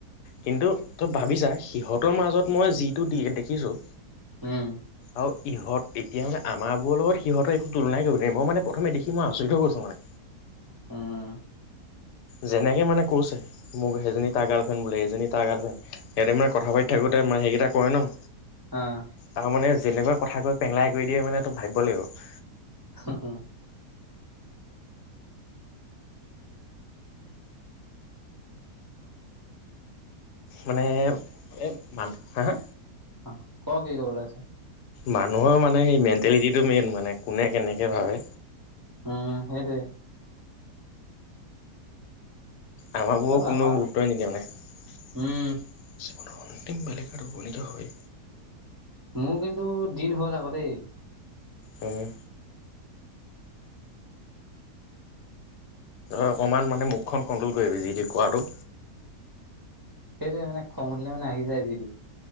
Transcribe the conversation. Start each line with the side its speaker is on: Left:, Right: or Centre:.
Left: কিন্তু তই ভাবি ছা সিহঁতৰ মাজত মই যিটো দি দেখিছোঁ।
Right: উম।
Left: আৰু ইহঁত এতিয়া মানে আমাৰবোৰৰ লগত সিহঁত একো তুলনাই কৰিব নোৱাৰি মই মানে প্ৰথমে দেখি, মই আচৰিত হৈ গৈছো মানে।
Right: উম।
Left: যেনেকে মানে কৈছে মোক সেইজনী তাৰ গাৰ্ল ফ্ৰেণ্ড বুলি দুজনী তাৰ গাৰ্লফ্ৰেণ্ড সিহঁতে মান কথা পাতি থাকোঁতে <unintelligible> কৰে ন।
Right: অ'।
Left: তাৰ মানে যেনেকুৱা কথা কৈ পেংলাই কৰি দিয়ে মানে তই ভাবিব লাগিব।
Right: <unintelligible>
Left: মানে এই মান হা হা
Right: অ' ক' কি ক'ব লে আছে।
Left: মানুহৰ মানে সেই মেণ্টেলিটিটো মেইন মানে কোনে কেনেকে ভাবে।
Right: উম সেইটোৱে
Left: আমাৰ বোৰ
Right: অ তো
Left: কোনো
Right: আমাৰ
Left: গুৰুত্বই নিদিয়ে মানে। জীৱনৰ
Right: উম
Left: অন্তিম বেলেগ আৰু উপণত হয়।
Right: মোৰ কিন্তু দিন হ'ল আকৌ দেই।
Left: উম। অকণমান মানে মুখখন কণ্ট্ৰল কৰিবি যিতি কোৱাটো।
Right: সেইটোৱে মানে খং উঠিলে মানে আহি যায় যি তি